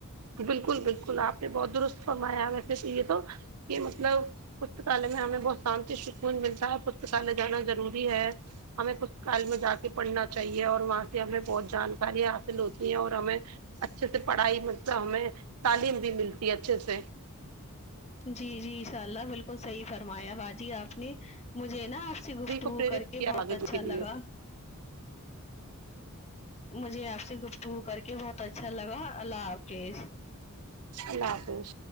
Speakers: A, on the right; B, on the left.
A: بالکل بالکل آپ نے بہت درست فرمایا ویسے تو یہ تو کہ مطلب پستکالیہ میں ہمیں بہت شانتی سکون ملتا ہے پستکالیہ جانا ضروری ہے ہمیں پتکال میں جا کے پڑھنا چاہیے اور وہاں سے ہمیں بہت جانکارییاں حاصل ہوتی ہیں اور ہمیں اچھے سے پڑھائی مطلب ہمیں تعلیم بھی ملتی ہے اچھے سے
B: جی جی ان شاء اللہ بالکل صحیح فرمایا باجی آپ نے مجھے نا آ اچھی
A: سبھی
B: گفٹگو
A: کو پریرت
B: کر کے
A: کیا
B: بہت
A: آگے
B: اچھا
A: کے لیے
B: لگا مجھے آپ سے گفتگو کر کے بہت اچھا لگا اللہ حافظ
A: اللہ حافظ